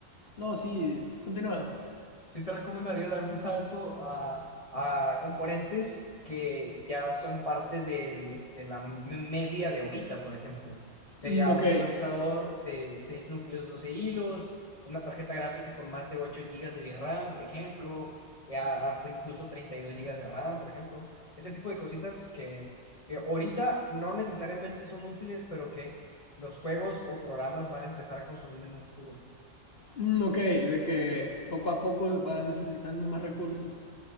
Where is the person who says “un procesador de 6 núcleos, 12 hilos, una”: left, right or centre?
Left